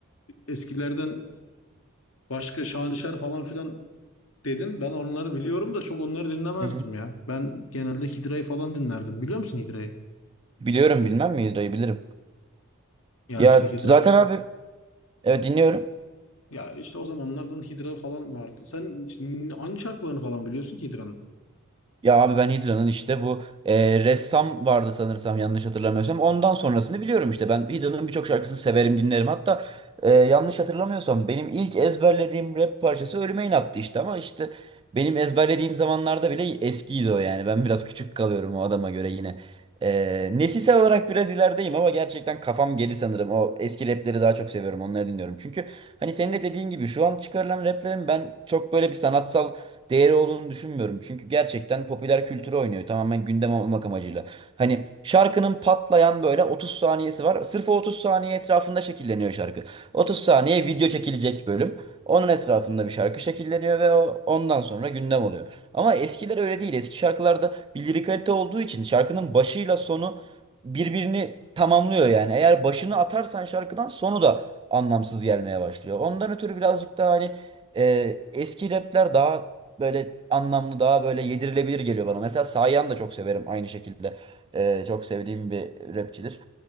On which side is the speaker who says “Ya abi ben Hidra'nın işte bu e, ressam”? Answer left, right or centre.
Right